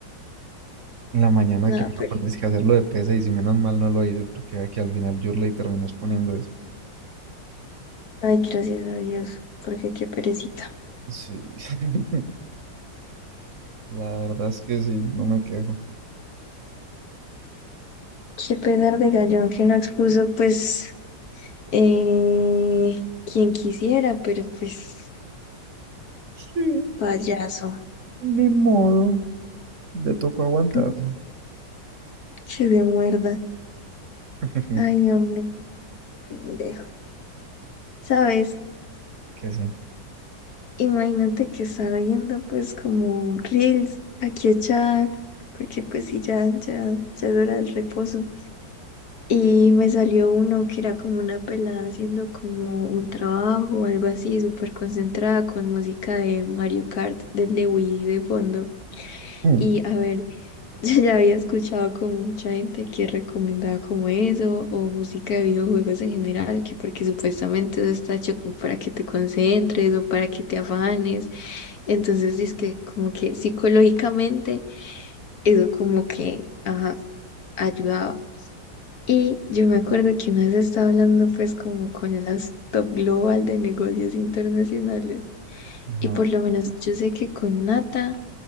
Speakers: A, on the right; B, on the left.
A: En la mañana
B: No,
A: que me
B: pero.
A: lo pones que hacerlo de pesa y si menos mal no lo hice porque aquí al final yo le terminó exponiendo eso.
B: Ay, gracias a Dios, porque qué perecita.
A: Sí, <laughs> la verdad es que sí, no me quejo.
B: Qué pedar de gallón que no expuso, pues, eh, quien quisiera, pero pues,
A: Sí,
B: payaso.
A: ni modo, le tocó aguantarse.
B: Mm, Que de muerda.
A: <laughs>
B: Ay, hombre, qué pendejo. ¿Sabes?
A: Que sí.
B: Imagínate que estaba viendo pues como reels aquí echada, porque pues sí, ya, ya, ya es hora del reposo. Y me salió uno que era como una pelada haciendo como un trabajo o algo así, súper concentrada con música de Mario Kart, del de Wii de fondo.
A: Mm.
B: Y a ver, <laughs> Yo ya había escuchado como mucha gente que recomendaba como eso, o música de videojuegos en general, que porque supuestamente eso está hecho como para que te concentres o para que te afanes. Entonces, es que como que psicológicamente eso como que ajá, ayudaba. Y yo me acuerdo que una vez estaba hablando pues como con las top global de negocios internacionales.
A: Ajá.
B: Y por lo menos yo sé que con Nata